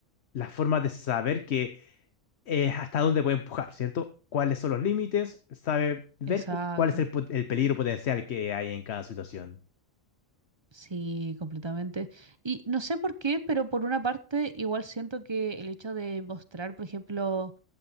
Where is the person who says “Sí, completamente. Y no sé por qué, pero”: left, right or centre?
Right